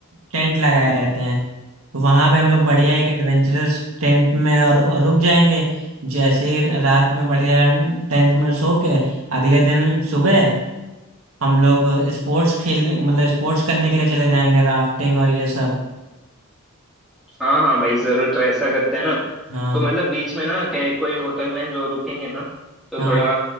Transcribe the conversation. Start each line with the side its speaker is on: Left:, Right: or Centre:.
Right: टेंट लगाए रहते हैं तो वहां पे हम लोग बढ़िया एक एडवेंचरस टेंट में और, और रुक जाएंगे जैसे ही रात में बढ़िया टेंट में सो के अगले दिन सुबह हम लोग स्पोर्ट्स खेलने मतलब स्पोर्ट्स करने के लिए चले जाएंगे राफ्टिंग और ये सब
Centre: हाँ हाँ भाई जरूर तो ऐसा करते हैं ना
Right: हाँ
Centre: तो मतलब बीच में ना क्या कोई होटल में जो रुकेंगे ना तो
Right: हाँ
Centre: थोड़ा